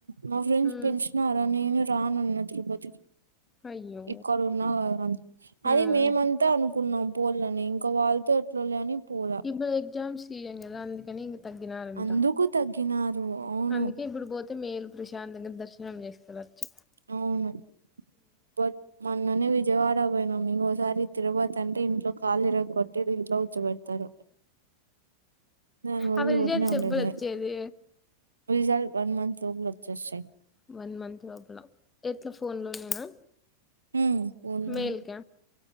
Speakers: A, on the right; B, on the left.
A: మా ఫ్రెండ్స్
B: హ్మ్.
A: పిలిచినారా నేను రానన్నా అదిరిపోద్ది
B: అయ్యో!
A: ఇక్కడ ఉన్నా
B: హ్మ్.
A: అది మేమంతా అనుకున్నాం పోలని ఇంకా వాళ్ళతో ఎట్లా నని పోల
B: ఇప్పుడు ఎగ్జామ్స్ సీజన్ గదా అందుకని ఇంగ తగ్గినారంట.
A: అందుకు తగ్గినారు అవును.
B: అందుకే ఇప్పుడు పోతే మేలు ప్రశాంతంగా దర్శనం చేసుకోవచ్చు.
A: అవును బట్ మన్నని విజయవాడ్ <unintelligible> ఈరోజు ఆరి తిరువాతంతే ఇంట్లో కాళ్ళు ఇరగొట్టి ఇంట్లో కూర్చో పెడతారు, నేను <unintelligible>
B: అవి రిజల్ట్స్ ఎప్పుడొచ్చేది?
A: రిజల్ట్ వన్ మంత్ లోనే వచ్చేస్తయి
B: వన్ మంత్ లోబల ఎట్లా ఫోన్ లోనేనా
A: ఉమ్ ఫోన్లోనే
B: మేల్క